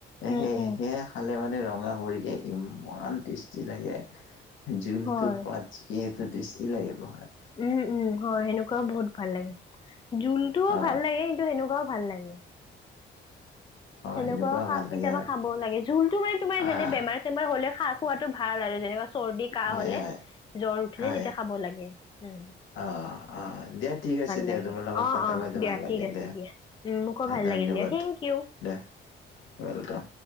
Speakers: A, on the left; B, on the left.
A: উম,
B: সে
A: উম,
B: সেয়া ভালে ভালে ৰঙা কৰিকে ইমান টেষ্টি লাগে। জোলটো
A: হয়
B: সোৱাদ <unintelligible> টেষ্টি লাগিব খাই।
A: উ, উ, হয়। সেনেকুৱাও বহুত ভাল লাগে। জোলটোও
B: অ
A: ভাল লাগে, কিন্তু সেনেকুৱাও ভাল লাগে।
B: অ
A: সেনেকোৱা
B: এনেকুৱা
A: খাৰ
B: ভাল লাগে
A: কেতিয়াবা
B: হয়
A: খাব লাগে। জোলটো মানে তোমাৰ যেনে
B: আহ
A: বেমাৰ চেমাৰ হ'লে খাৰ খোৱাতো ভাল আৰু, যেনেকুৱা চৰ্দি কাঁ
B: হয়,
A: হ'লে,
B: হয়,
A: জ্বৰ উঠিলে,
B: হয়।
A: তেতিয়া খাব লাগে। উ।
B: অ'। অ', দিয়া, ঠিক আছে দিয়া,
A: লাগে
B: তোমাৰ লগত
A: অ
B: কথা
A: অ
B: পাতি
A: দিয়া
B: ভাল লাগিল
A: ঠিক আছে
B: দিয়া।
A: উম, মোকো ভাল
B: ধন্যবাদ।
A: লাগিল দিয়া থেংক ইউ
B: দে, ওৱেলকাম।